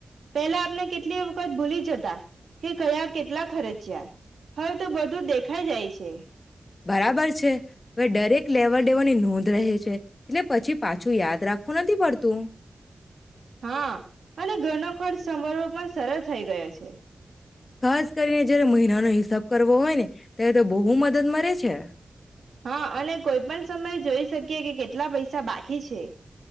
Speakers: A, on the right; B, on the left.
A: પેલા આપને કેટલી વખત ભૂલી જતા કે કયા કેટલા ખર્ચ્યા, હવે તો બધું દેખાઈ જાય છે.
B: બરાબર છે, વે ડરેક લેવર દેવડની નોંધ રહે છે. એટલે પછી પાછું યાદ રાખવુ નથી પડતું.
A: હા અને ઘરનો ખર્ચ સંભાળવો પણ સરળ થઇ ગયો છે.
B: ખાસ કરીને જયારે મહિનાનો હિસ સાબ કરવો હોય ને, ત્યારે તો બહુ મદદ મળે છે.
A: હા અને કોઈ પણ સમયે જોઈ શકીએ કે કેટલા પૈસા બાકી છે.